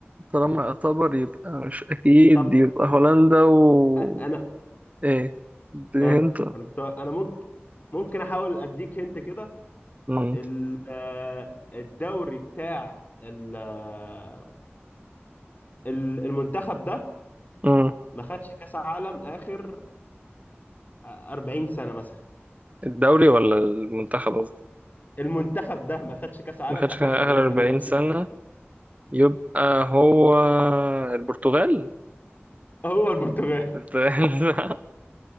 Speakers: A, on the right (about 35°); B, on the left (about 40°).
A: طالما يعتبر يبقى مش اكيد
B: طب
A: يبقى هولندا و
B: أ- انا
A: ايه دي
B: آه
A: هنت
B: انا كنت انا ممكن ممكن احاول اديك هنت كده
A: مم.
B: ال- آه، الدوري بتاع ال- آه، ال- المنتخب ده
A: مم.
B: ما خدش كاس عالم اخر 40 سنة مثلا
A: الدوري ولا المنتخب قصدي
B: المنتخب ده ما خدش كاس عالم
A: ما كانش
B: اخر
A: كان اخر
B: 40 سنة
A: 40
B: 50
A: سنه
B: سنة
A: يبقى هو البرتغال
B: هو البرتغال
A: <laughs>